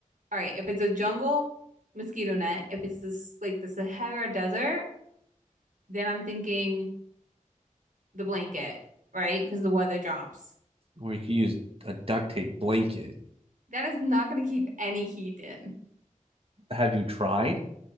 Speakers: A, on the right (about 75°); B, on the right (about 45°).
A: all right if it's a jungle mosquito net if it's this like the Sahara Desert then I'm thinking the blanket right because the weather drops
B: Or you could use a duct tape blanket.
A: that is not going to keep any heat in
B: Have you tried?